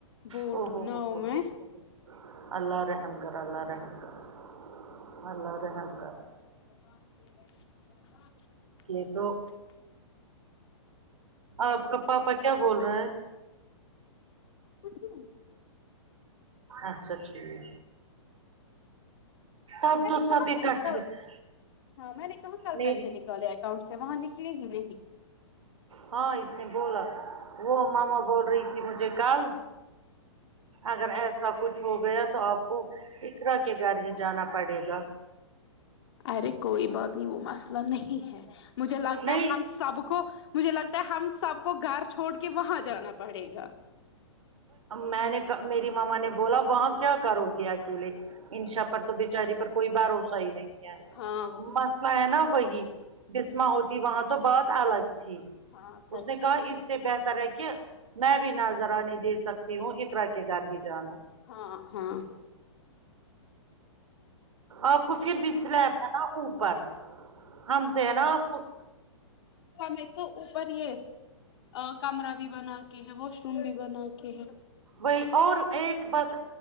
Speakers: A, on the left; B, on the right.
A: بوٹ
B: او ہو
A: بناؤ
B: ہو ہو ہو
A: میں
B: ہو ہو۔ اللہ راہم کر اللہ راہم کر
A: <inaudible>
B: اللہ رحم کر یہ تو آپ کا پاپا کیا بول رہا ہے
A: کچھ بھی نہیں
B: اچھا ٹھیک ہے آپ
A: میں
B: توہ
A: نے کہاں
B: سبھی تک
A: کل
B: تھیک تھے
A: ہاں میں نے کہاں
B: میری
A: کل اکؤنٹ سے وہاں نکلے ہی نہیں کی
B: ہاں اس نے بولا وہ ماما بول رہی تھی مجھے کل اگر ایسا کچھ ہو گیا تو آپ کو اقرا کے گھر ہی جانا پڑے گا
A: ارے کوئی بات نہیں وہ مسئلہ نہیں ہے مجھے لگتا
B: نہیں
A: ہے ہم سب کو مجھے لگتا ہے ہم سب کو گھر چھوڑ کے وہاں جانا پڑے گا
B: میں نے میری ماما نے بولا وہاں کیا کرو گے اکیلے انشا پر تو بچاری پر کوئی بھروسہ ہی نہیں ہے
A: ہاں وہ تو
B: مسئلہ ہے نا وہی بسما ہوتی وہاں تو بہات الگ تھی
A: ہاں سچ
B: اس نے کہا
A: ہے
B: اس سے بہتر ہے کہ کیا میں بھی نا ذرا نہیں جھیل سکتی ہوں اقرا کے گھر ہی جانا
A: ہاں ہاں
B: آپ کو پھر بھی سلیپ ہے نا اوپر ہم سے ہے نا آپ کو
A: میں تو اوپر یہ ا کمرہ بھی بنا کے ہے واش روم بھی بنا کے ہے
B: وہی اور ایک بات